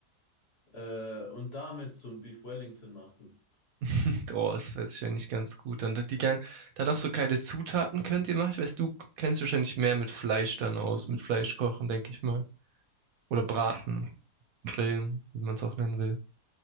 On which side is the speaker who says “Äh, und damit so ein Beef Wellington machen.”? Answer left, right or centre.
Left